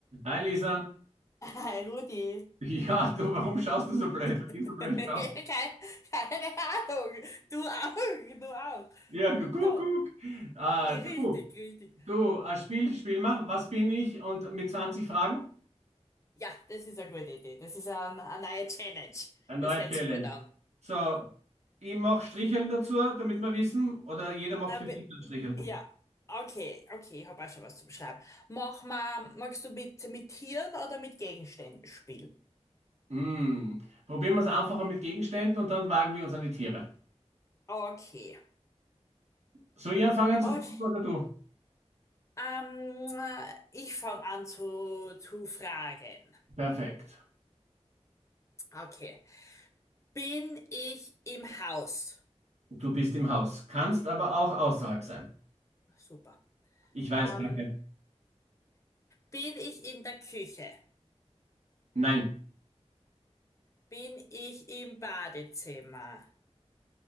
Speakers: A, on the right; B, on the left.
A: Hi Lisa.
B: Hi Rudi.
A: <laughs> Ja, du, warum schaust du so blöd?
B: <laughs> Keine,
A: Warum gehst du so blöd drauf?
B: keine Ahnung. Du auch, du auch.
A: Ja, gu- guck,
B: So,
A: guck. Ah,
B: i-
A: du,
B: richtig, richtig.
A: du, ein Spiel, spiel mal. Was bin ich? Und mit 20 Fragen?
B: Ja, das ist eine gute Idee. Das ist ein- eine neue Challenge.
A: Eine neue
B: Das hört
A: Challenge.
B: sich gut an.
A: So, ich mache Stricheln dazu, damit wir wissen, oder jeder macht
B: Da,
A: für
B: bi-
A: sich ein Stricheln.
B: ja, okay, okay, ich habe auch schon was zum Schreiben. Mach mal, magst du mit, mit Tieren oder mit Gegenständen spielen?
A: Hm. Probieren wir es einfacher mit Gegenständen und dann wagen wir uns an die Tiere.
B: Okay.
A: Soll ich anfangen zu
B: Okay.
A: fragen oder du?
B: Ähm, ich fange an zu, zu fragen.
A: Perfekt.
B: Okay. Bin ich im Haus?
A: Du bist im Haus, kannst aber auch außerhalb sein.
B: Super.
A: Ich weiß,
B: Ähm,
A: danke.
B: bin ich in der Küche?
A: Nein.
B: Bin ich im Badezimmer?